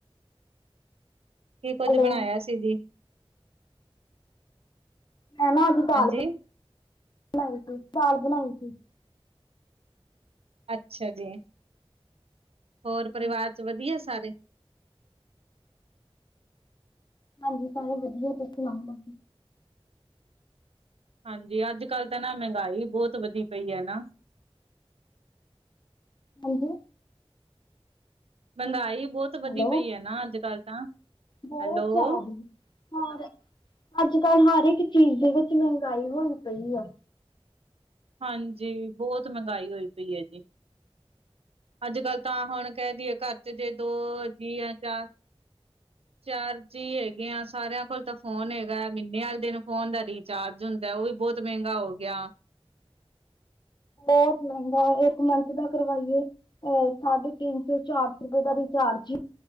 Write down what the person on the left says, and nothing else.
ਹੈਲੋ
ਮੈਂ ਨਾ ਅੱਜ ਦਾਲ
ਬਣਾਈ ਸੀ, ਦਾਲ ਬਣਾਈ ਸੀ।
ਹਾਂਜੀ
ਹਾਂਜੀ ਸਾਰੇ ਵਧੀਆ, ਤਸੀ ਸੁਣਾਓ
ਹਾਂਜੀ।
ਹੈਲੋ
ਬਹੁਤ
ਜ਼ਿਆਦੀ। ਹੋਰ ਅੱਜ ਕੱਲ ਹਰ ਇੱਕ ਚੀਜ਼ ਦੇ ਵਿੱਚ ਮਹਿੰਗਾਈ ਹੋਈ ਪਈ ਆ।
ਬਹੁਤ ਮਹਿੰਗਾ ਇੱਕ ਮੰਥ ਦਾ ਕਰਵਾਈਏ ਅ ਸਾਢੇ ਤਿੰਨ ਸੌ ਚਾਰ ਸੌ ਰੁਪਏ ਦਾ ਰਿਚਾਰਜ